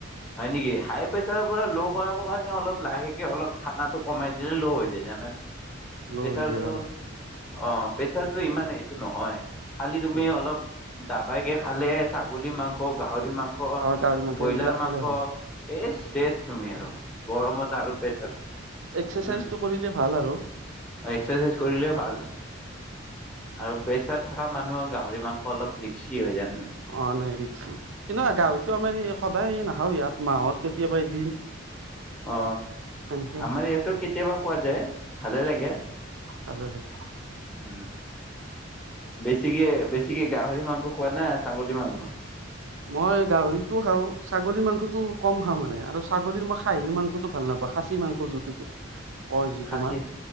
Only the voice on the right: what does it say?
ল'
হৈ যায় অ
উম
অ গাহৰি মাংস
এইবিলাক খালে
হয়
এক্সাৰচাইজটো
কৰিলে ভাল আৰু
অ
অ নাই ৰিক্স কিন্তু গাহৰিতটো আমাৰ এই সদায় নাখাও ইয়াত মাহত কেতিয়াবা এদিন
সেনেকে
খাওঁ
ভালে লাগে
মই গাহৰিতটো খাওঁ, ছাগলী মাংসটো কম খাওঁ মানে, আৰু ছাগলীৰ মই খাহীৰ মাংসটো ভাল নাপাওঁ খাচী মাংস জোনটো কয়। যি
তোমাৰ